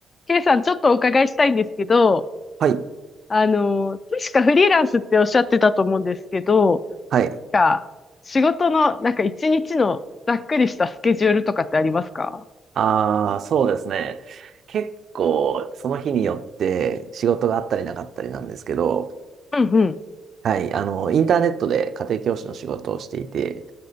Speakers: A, on the left; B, on the right.
A: ケイさん、ちょっとお伺いしたいんですけど、
B: はい、
A: あの、確かフリーランスっておっしゃってたと思うんですけど、
B: はい。
A: なんか仕事の、なんか一日のざっくりしたスケジュールとかってありますか
B: ああ、そうですね。結構、その日によって仕事があったりなかったりなんですけど、
A: うんうん。
B: はい、あの、インターネットで家庭教師の仕事をしていて、